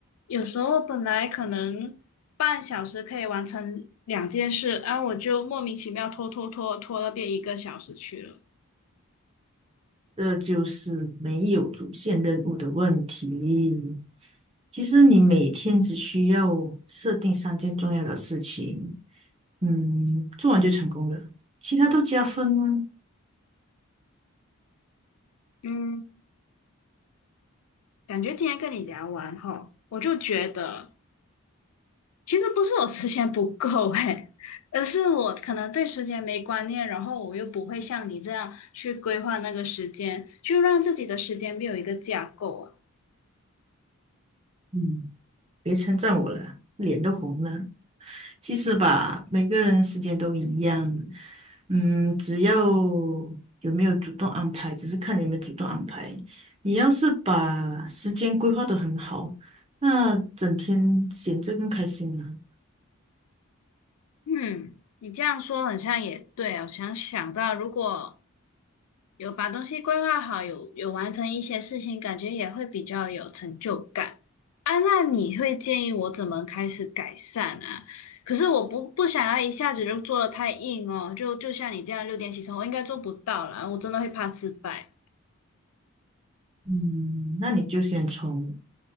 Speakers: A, on the left (about 75°); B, on the right (about 25°).
A: 有时候本来可能半小时可以完成两件事，然后我就莫名其妙拖拖拖拖到变一个小时去了。
B: 这就是没有主线任务的问题。其实你每天只需要设定三件重要的事情，嗯，做完就成功了，其他都加分吗？
A: 嗯，感觉今天跟你聊完哈，我就觉得其实不是我时间不够诶，而是我可能对时间没观念，然后我又不会像你这样去规划那个时间，就让自己的时间没有一个架构啊。
B: 嗯，别称赞我了，脸都红了。其实吧，每个人时间都一样，嗯，只要有没有主动安排，只是看你有没有主动安排。你要是把时间规划得很好，那整天闲着更开心啊。
A: 嗯，你这样说很像也对哦。想想到如果有把东西规划好，有有完成一些事情，感觉也会比较有成就感。啊，那你会建议我怎么开始改善啊？可是我不不想要一下子就做的太硬哦，就就像你这样六点起床，我应该做不到啦，我真的会怕失败。
B: 嗯，那你就先从